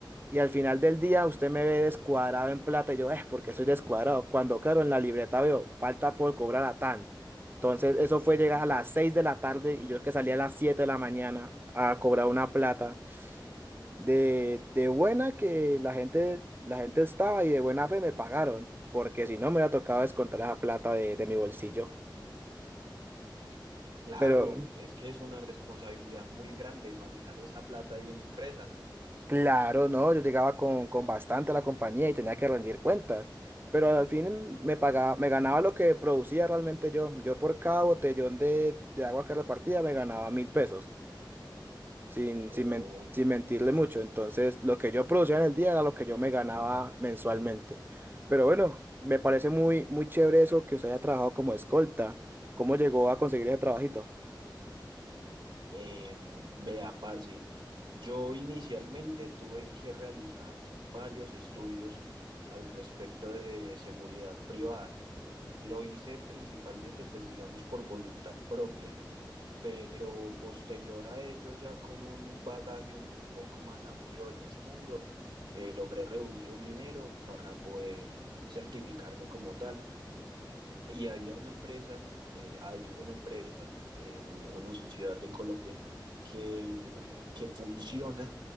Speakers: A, on the right (about 25°); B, on the right (about 70°).
A: Y al final del día usted me ve descuadrado en plata y yo, es porque soy descuadrado. Cuando claro, en la libreta veo, falta por cobrar a tan. Entonces eso fue llegar a las 6 de la tarde y yo que salí a las 7 de la mañana a cobrar una plata de, de buena que la gente, la gente estaba y de buena fe me pagaron, porque si no me hubiera tocado descontar esa plata de, de mi bolsillo.
B: Claro,
A: Pero,
B: es que es una responsabilidad muy grande manejar esa plata de una empresa, ¿no?
A: Claro, no, yo llegaba con, con bastante a la compañía y tenía que rendir cuentas, pero al fin me pagaba, me ganaba lo que producía realmente yo. Yo por cada botellón de, de agua que repartía me ganaba mil pesos, sin,
B: Oh,
A: sin, men- sin mentirle mucho. Entonces, lo que yo producía en el día era lo que yo me ganaba mensualmente. Pero bueno, me parece muy, muy chévere eso que usted haya trabajado como escolta. ¿Cómo llegó a conseguir ese trabajito?
B: em, vea, parce, yo inicialmente tuve que realizar varios estudios al respecto de seguridad privada Lo hice principalmente, pues digamos, por voluntad propia, pero posterior a ello, ya con un bagaje un poco más amplio en ese mundo, eh, logré reunir un dinero para poder certificarme como tal. Y había una empresa, eh, hay una empresa en una ciudad de Colombia que, mm, que funciona